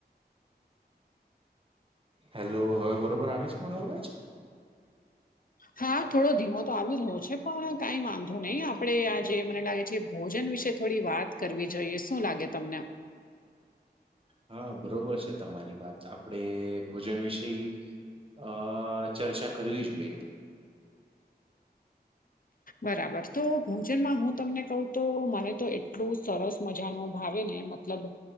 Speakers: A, on the right; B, on the left.
A: હેલો હવે બરોબર આવે છે મારો અવાજ
B: હા થોડો ધીમો તો આવી રહયો છે પણ કઈ વાંધો નહી આપ આપડણે આ જે મને લાગે છે ભોજન વિશે થોડી વાત કરવી જોઈએ શું લાગે તમને
A: હા બરોબર છે તમારી વાત આપડે ભોજન વિશે અ ચર્ચા કરવી જોઈએ
B: બરાબર તો ભોજનમાં હું તમને કહ તો મને તો એટલું સરસ મજા ન ભાવે ને મતલબ